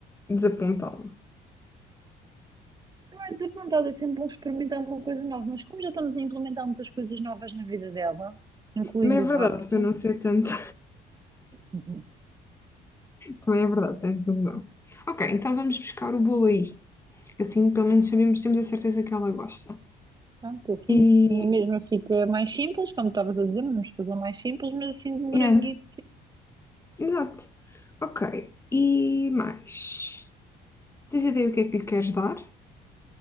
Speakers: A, on the left (about 15°); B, on the right (about 25°).
A: desapontada.
B: Não é desapontada, é sempre bom experimentar uma coisa nova, mas como já estamos a implementar muitas coisas novas na vida dela, incluindo
A: Também é verdade,
B: o rapto,
A: para não ser tanto.
B: uhum,
A: Também é verdade, tens razão. Ok, então vamos buscar o bolo aí. que Assim, pelo menos sabemos, temos a certeza que ela gosta.
B: pronto, assim,
A: E.
B: na mesma fica mais simples, como estavas a dizer, vamos fazer mais simples, mas assim de moranguito
A: Yeah, exato. Ok, e mais? Tens ideia o que é que lhe queres dar?